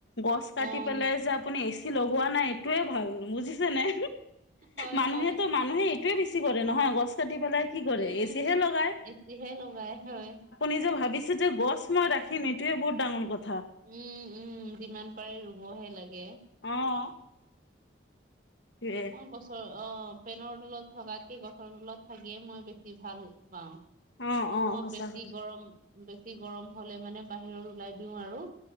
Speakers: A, on the left; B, on the right.
A: গছ কাটি
B: অ
A: পেলাই পিছে আপুনি এৰ্চি লগোৱা নাই এইটোৱে ভাল, বুজিছে নাই
B: হয়
A: মানুহেতো
B: হয়
A: মানুহেই এইটোবে বেছি কৰে নহয় গছ কাটি পেলাই কি কৰে?
B: উম,
A: এচীহে লগাই।
B: এচিহে লগাই হয়।
A: নিজে ভাবিছে যে গছ মই ৰাখিম এইটোয়ে বহুত ডাঙৰ কথা
B: উম! উম! যিমান পাৰে ৰুব হে লাগে।
A: অ', টোৱে
B: মই গছত অহ ফেনৰ তলত থকাতকে গছৰ তলত থাকিয়ে মই বেছি ভাল পাওঁ।
A: অ', অ',
B: মই
A: সঁচা
B: বেছি
A: কথা
B: গৰম, বেছি গৰম হলে মানে বাহিৰত ওলাই দিওঁ আৰু,